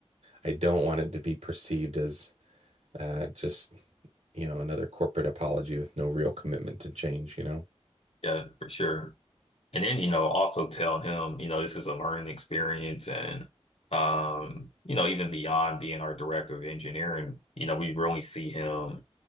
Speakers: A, on the right (about 80°); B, on the left (about 70°).
A: I don't want it to be perceived as Uh, just, you know, another corporate apology with no real commitment to change, you know?
B: Yeah, for sure. And then, you know, also tell him, you know, this is a learning experience and um, you know, even beyond being our director of engineering, you know, we really see him,